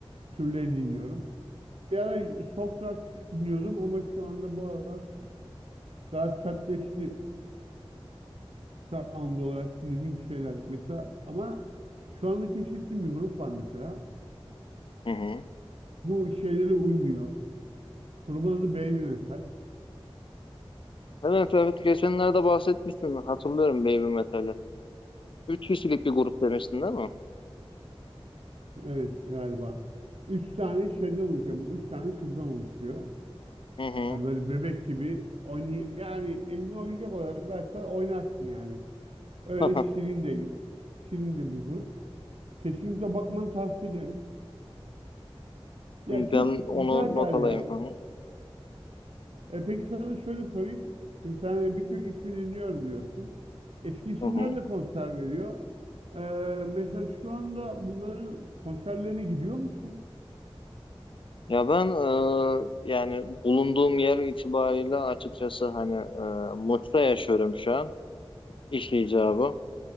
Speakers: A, on the right; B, on the left.
A: türleri dinliyorum. Bir ara soft rock dinliyordum ama şu anda bu aralar daha sertleşti sound olarak dinlediğim şeyler. Mesela ama şu anda keşfettiğim bir grup var mesela.
B: hı hı.
A: Bu şeylere uymuyor. Grubun adı Baby Metal.
B: Evet, evet geçenlerde bahsetmiştin. Hatırlıyorum Baby Metal'i. Üç kişilik bir grup demiştin değil mi?
A: Evet galiba. Üç tane şeyden oluşuyor. Bu üç tane kızdan oluşuyor.
B: Hı hı.
A: Ya böyle bebek gibi oynay yani eline oyuncak olarak versen oynarsın yani. Öyle
B: <laughs>
A: şirin de şirin de bir grup. Kesinlikle bakmanı tavsiye ederim. Ya çok
B: Ben onu
A: güzeller
B: not alayım.
A: yani.
B: Hı hı.
A: E peki sana şöyle sorayım. Şimdi sen de birçok ismi dinliyorum diyorsun. Eski isimler
B: Hı hı.
A: de konser veriyor. E, mesela şu anda bunların konserlerine gidiyor musun?
B: Ya ben e, yani bulunduğum yer itibariyle açıkçası hani e, Muş'ta yaşıyorum şu an. İş icabı.